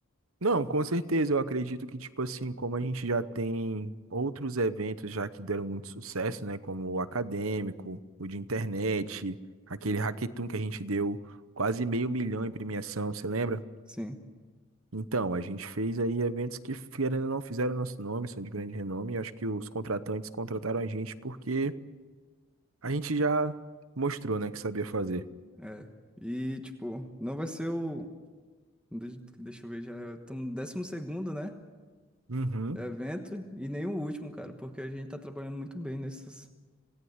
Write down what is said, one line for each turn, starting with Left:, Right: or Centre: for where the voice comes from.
Right: não, com certeza. Eu acredito que, tipo assim, como a gente já tem outros eventos já que deram muito sucesso, né? Como o acadêmico, o de internet, aquele hackathon que a gente deu quase meio milhão em premiação, você lembra?
Centre: Sim,
Right: Então, a gente fez aí eventos que, querendo ou não, fizeram nosso nome, são de grande renome. Eu acho que os contratantes contrataram a gente porque a gente já mostrou, né, que sabia fazer.
Centre: é. E, tipo, não vai ser o. de- Deixa eu ver, já estamos no 12º, né?
Right: Uhum.
Centre: Evento e nem o último, cara, porque a gente tá trabalhando muito bem nesses.